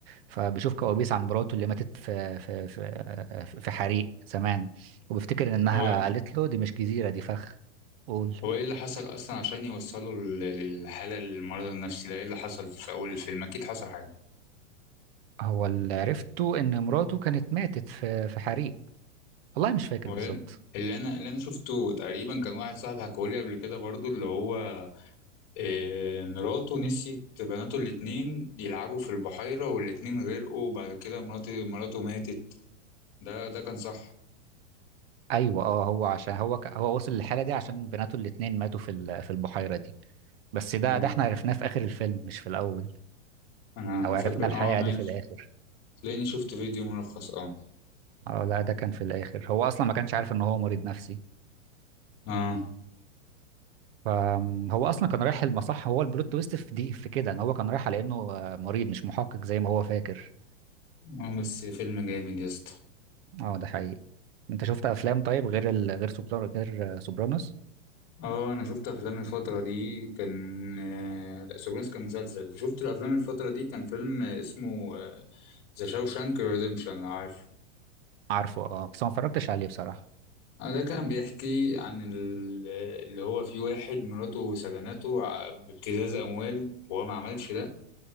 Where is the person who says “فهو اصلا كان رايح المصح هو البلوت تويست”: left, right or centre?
Right